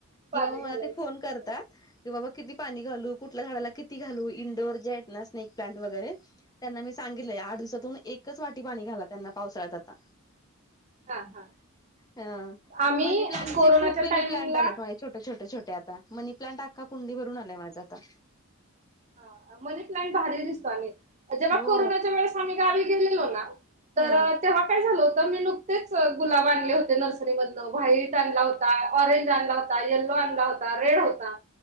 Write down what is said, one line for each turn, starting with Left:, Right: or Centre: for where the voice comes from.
Right: पाणी
Left: किंवा मग
Right: घालायचं
Left: मला ते फोन करतात. कि बाबा किती पाणी घालू, कुठल्या झाडाला किती घालू, इंडोअर जे आहेत ना स्नेक प्लांट वगैरे. त्यांना मी सांगितलंय, आठ दिवसातून एकच वाटी पाणी घाला त्यांना पावसाळ्यात आता.
Right: हा हा.
Left: हां
Right: आम्ही
Left: मनी प्लाटचे
Right: कोरोनाच्या
Left: खूप बेबी
Right: टायमिंगला
Left: प्लांट आलेत माझ छोटेछोट छोटे आता, मनी प्लांट आता कुंडीभरून आलाय माझा आता.
Right: ह मनी प्लांट भारी दिसतो आणि, जेव्हा
Left: हो
Right: कोरोनाच्या वेळेस आम्ही गावी गेलेलो ना, तर
Left: हा
Right: तेंव्हा काय झाल होत मी नुकतेच गुलाब आणले होते नर्सरी मधन व्हाईट आणला होता ऑरेंज आणला होता. येल्लो आणला होता रेड होता